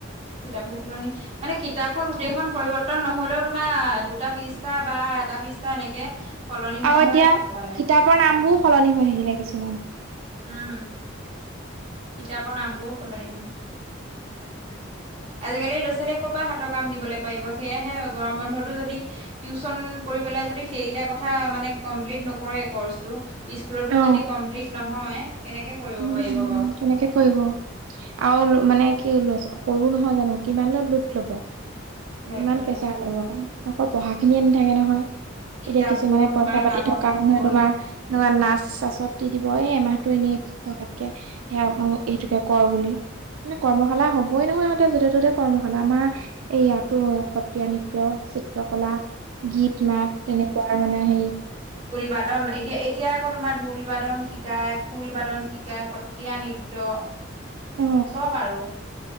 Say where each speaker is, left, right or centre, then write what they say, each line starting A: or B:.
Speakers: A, on the right; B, on the right.
A: কিতাপৰ সলনি মানে কিতাপখন গোটেইখন পৰিৱৰ্তন বৰ্তন নহলেও তোমাৰ দুটা পিচটা বা এটা পিচটা এনেকে সলনি হৈ
B: আৰু এতিয়া
A: হৈ থাকে মানে
B: কিতাপৰ নামবোৰ সলনি হৈ থাকিলে কিছুমান।
A: উম, কিতাপৰ নামবোৰ সলনি হ'ল।
B: <unintelligible>
A: আজকালি ক'ৰ পৰা হাতৰ কাম দিবলৈ পাৰিব সেয়ে গৰম বন্ধতো যদি টিউচন কৰি পেলাই যদি সেইকেইটা কথা মানে কমপ্লিট নকৰে কৰচটো। স্কুলতো
B: অ
A: যদি কমপ্লিট নহয় কেনেকে কৰিব
B: উম
A: পাৰিব
B: উম
A: বাৰু।
B: সেনেকে কৰিব আৰু মানে কি হল কৰো নহয় জানো কিমান লোড ল'ব।
A: সিহঁতবোৰ
B: কিমান প্ৰেচাৰ লবো পঢ়া খিনিয়ে নাথাকে নহয়।
A: কিতাপ
B: এতিয়া কিছুমানে
A: বোৰো
B: পইচা
A: ইমান
B: পাতি
A: ডাঙৰ
B: থকা
A: ডাঙৰ
B: মানুহে
A: হ'ল
B: তোমাৰ এনেকোৱা নাচ চাছত দি দিব এই এমাহতটো এনেই থকাতকে সেয়া এইটোকে কৰ বুলি মানে কৰ্মশালা হবই নহয় আহঁতে য'তে ত'তে কৰ্মশালা আমাৰ এই ইয়াত সত্ৰীয়া নৃত্য চিত্ৰকলা গীত নাত তেনেকুৱা মানে সে
A: ঢোলবাদন এতিয়া এতিয়া আকৌ তোমাৰ ঢোল বাদন শি শিকায় খোল বাদন শিকায় সত্ৰীয়া নৃত্য
B: অ
A: চব আৰু।